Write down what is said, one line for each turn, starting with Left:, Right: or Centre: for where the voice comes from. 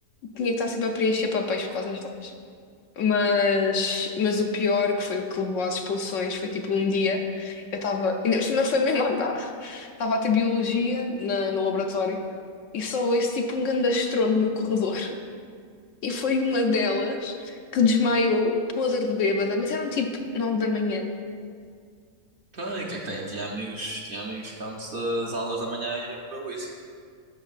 Left: tinha que estar sempre a preencher papéis por causa das datas. Mas, mas o pior, que foi o que levou às expulsões, foi tipo um dia, eu estava, ainda por cima foi mesmo, <laughs> estava a ter biologia na, no laboratório e só ouço tipo um grande estrondo no corredor. <laughs> E foi uma delas que desmaiou, podre de bêbada, mas eram tipo nove da manhã,
Right: Tem, o que é que tem? Tinha amigos, tinha amigos que antes das aulas da manhã iam beber whisky.